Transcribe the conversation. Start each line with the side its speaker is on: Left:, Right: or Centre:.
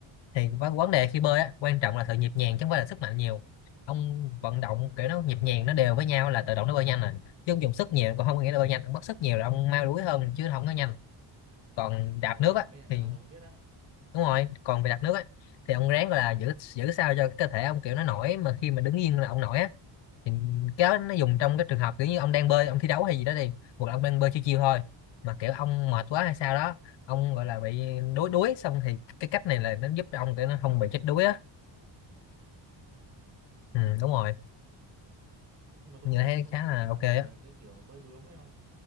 Left: thì vấn vấn đề khi bơi á quan trọng là sự nhịp nhàng chứ không phải là sức mạnh nhiều ông vận động kiểu
Right: ồ
Left: nó nhịp nhàng nó đều với nhau là tự động nó bơi nhanh rồi chứ ông dùng sức nhiều còn không có nghĩa là bơi nhanh ông mất sức nhiều là ông mau đuối hơn chứ không có nhanh còn
Right: ồ
Left: đạp nước
Right: cái này
Left: á
Right: mới này
Left: thì
Right: giờ tôi mới biết á
Left: đúng rồi còn về đạp nước á thì ông ráng gọi là giữ giữ sao cho cơ thể ông kiểu nó nổi mà khi mà đứng yên là ông nổi á thì cái đó nó dùng trong cái trường hợp kiểu như ông đang bơi ông thi đấu hay gì đó đi hoặc là ông đang bơi chiêu chiêu thôi mà kiểu ông mệt quá hay sao đó ông gọi là bị đuối đuối xong thì cái cách này là nó giúp cho ông để nó không bị chết đuối á
Right: ồ
Left: ừ, đúng rồi
Right: nhưng mà tôi
Left: như
Right: nghĩ
Left: thấy
Right: tôi
Left: khá
Right: tôi
Left: là
Right: vẫn
Left: ok
Right: thắc
Left: á
Right: mắc về cái kiểu bơi bướm ấy không